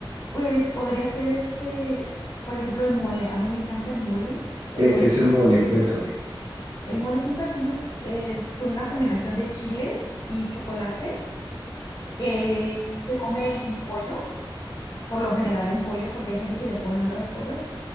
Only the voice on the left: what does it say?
pues podría ser este, por ejemplo, el mole. A mí me encanta el mole. El
mole
es
un
platillo.
El mole es un platillo eh, con una combinación de chiles y chocolate que se come en pollo, por lo general en pollo, porque hay gente que le pone otras cosas,